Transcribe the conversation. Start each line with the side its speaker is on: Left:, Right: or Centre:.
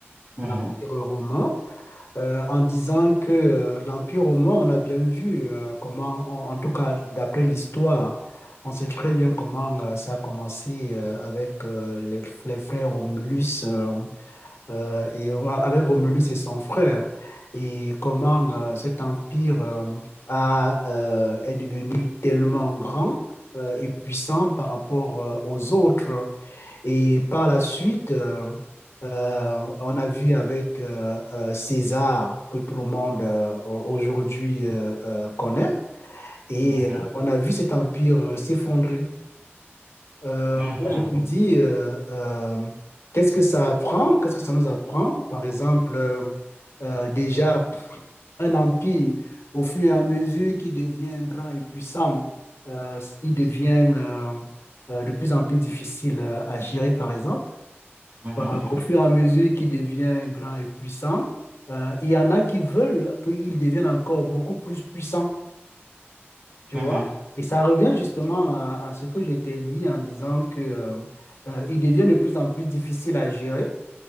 Right: Mhm,
Left: L'empire romain. euh, en disant que euh, l'Empire romain, on a bien vu euh, comment, en en tout cas d'après l'histoire, on sait très bien comment euh, ça a commencé euh, avec euh, les, les frères Romulus euh, euh, et ouais, avec Romulus et son frère, et comment euh, cet empire euh, a, euh, est devenu tellement grand euh, et puissant par rapport euh, aux autres. Et par la suite, euh, euh, on a vu avec euh, euh, César, que tout le monde euh, aujourd'hui euh, euh, connaît, et
Right: mhm.
Left: euh, on a vu cet empire euh, s'effondrer. Euh,
Right: Mhm,
Left: moi, je me dis, euh, euh, qu'est-ce que ça apprend? Qu'est-ce que ça nous apprend? Par exemple, euh, euh, déjà, un empire, au fur et à mesure qu'il devient grand et puissant, euh, il devient euh, euh, de plus en plus difficile euh, à gérer, par exemple.
Right: mhm,
Left: Euh, au fur et à mesure qu'il devient grand et puissant, euh, il y en a qui veulent qu'il devienne encore beaucoup plus puissant, tu
Right: mhm.
Left: vois. Et ça revient justement à, à ce que je t'ai dit en disant que, euh, euh, il devient de plus en plus difficile à gérer